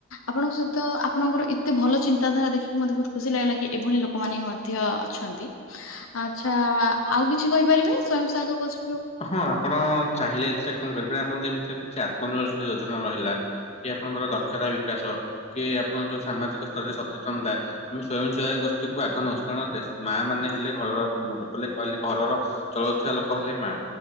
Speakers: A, on the left; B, on the left.
A: ଆପଣଙ୍କ ସହିତ ଆପଣଙ୍କର ଏତେ ଭଲ ଚିନ୍ତାଧାରା ଦେଖିକି ମତେ ବହୁତ ଖୁସି ଲାଗିଲା କି ଏଭଳି ଲୋକ ଲୋକମାନେ ମଧ୍ୟ ଅଛନ୍ତି ଆଚ୍ଛା ଆଉ କିଛି କହିପାରିବେ ସ୍ଵୟଂସହାୟକ ଗୋଷ୍
B: ହଁ ଆପଣ ଚାହିଁଲେ ଏଥିରେ କଣ କରିବେ ଆମର ଯେମ କିଛି ଆତ୍ମ ନିର୍ଭରଶିଳ ଯୋଜନା ରହିଲା, କି ଆପଣଙ୍କର ଦକ୍ଷତା ବିକାଶ, କି ଆପଣଙ୍କ ଯୋଉ ସାମାଜିକ ସର୍ବେ ସଚେତନତା ଆମେ ସ୍ୱୟଂ ସୟା ଗୋଷ୍ଠୀଙ୍କୁ ଆଗ ନଉଛୁ କାରଣ ଦେ ମା ମାନେ ହେଲେ ଘର ର ମୁର କହିଲେ ଘରର ଚଳଉଥିବା ଲୋକ ହେଲେ ମା।